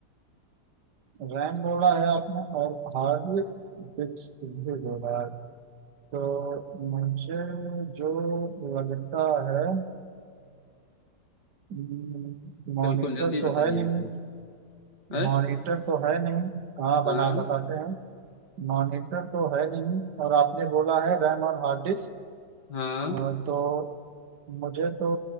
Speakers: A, on the right (about 85°); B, on the left (about 85°).
A: रैम बोला है आपने और हार्ड डिस्क भी बोला है तो मुझे जो लगता है हम्म, मॉनिटर
B: बिल्कुल जल्दी
A: तो
B: बताइए
A: है नहीं
B: भाई है
A: मॉनिटर तो है नहीं हाँ
B: हाँ
A: बना बताते हैं मॉनिटर तो है नहीं और आपने बोला है रैम और हार्ड डिस्क
B: हाँ
A: अ, तो मुझे तो